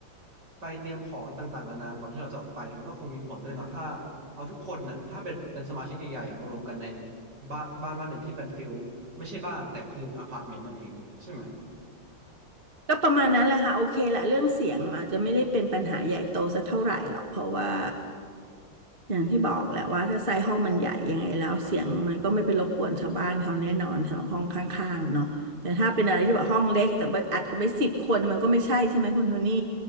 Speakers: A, on the right (about 55°); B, on the right (about 30°).
A: ไปเตรียมของต่างๆนานาก่อนที่เราจะออกไปมันก็คงมีผลด้วยเนาะถ้าเอาทุกคนน่ะถ้าเป็นเป็นสมาชิกใหญ่ๆอะมารวมกันในบ้านบ้านบ้านหนึ่งที่เป็นฟิลไม่ใช่บ้านแต่คืออพาร์ตเมนต์นั่นเองใช่ไหม
B: ก็ประมาณนั้นแหละค่ะโอเคแหละเรื่องเสียงอาจจะไม่ได้เป็นปัญหาใหญ่โตสักเท่าไหร่หรอกเพราะว่าอย่างที่บอกแหละว่าถ้าไซส์ห้องมันใหญ่ยังไงแล้วเสียงมันก็ไม่ไปรบกวนชาวบ้านเขาแน่นอนสำหรับห้องข้างๆเนาะแต่ถ้าเป็นอะไรที่แบบห้องเล็กแต่ว่าอัดกันไปสิบคนมันก็ไม่ใช่ใช่ไหมคุณโทนี่